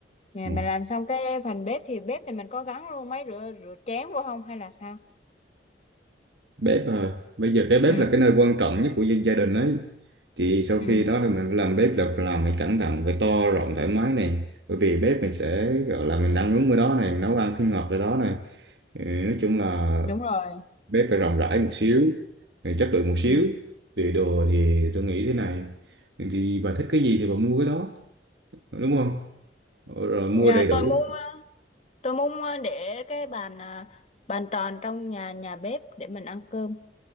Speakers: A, on the left; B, on the right.
A: Nè,
B: Ừ.
A: mình làm xong cái phần bếp thì bếp thì mình có gắn luôn máy rửa rửa chén vô không hay là sao
B: bếp à bây giờ cái bếp
A: ừ
B: là cái nơi quan trọng nhất của dân gia đình ấy thì sau
A: ừ
B: khi đó thì mình làm bếp là phải làm phải cẩn thận phải to rộng thoải mái này bởi vì bếp mình sẽ gọi là mình ăn uống ở đó này mình nấu ăn sinh hoạt ở đó này ừ, nói chung là
A: đúng rồi
B: bếp phải rộng rãi một xíu rồi chất lượng một xíu
A: Ừ.
B: về đồ thì tôi nghĩ thế này thì bà thích cái gì thì bà mua cái đó đúng không rồi mua
A: Nhà
B: đầy đủ
A: tôi muốn ờ, tôi muốn ờ, để cái bàn ờ, bàn tròn trong nhà nhà bếp để mình ăn cơm